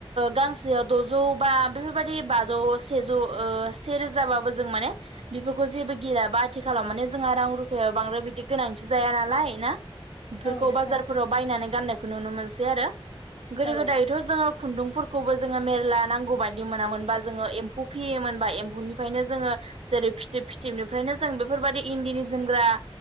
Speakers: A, on the right; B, on the left.
A: गांसेयाव द'जौ बा बेफोरबायदि बाजौ सेजौ सेरोजाबाबो जों माने बेफोरखौ जेबो गेलयाबा आथिखालाव माने जोंहा रां रुफायाव बांद्राय बिदि गोनांथि जाया नालाय ना बेफोरखौ
B: औ नोंथां
A: बाजारफोराव बायनानै गाननायखौ नुनो मोनसै आरो गोदो
B: औ
A: गोदायथ' जोङो खुन्दुंफोरखौबो जोङो मेरला नांगौ बायदि मोनामोनबा जोङो एम्फौ फिसियोमोनबा एम्फौनिफ्रायनो जोङो जेरै फिथिब फिथिबनिफ्रायनो जों बेफोरबायदि इन्दिनि जोमग्रा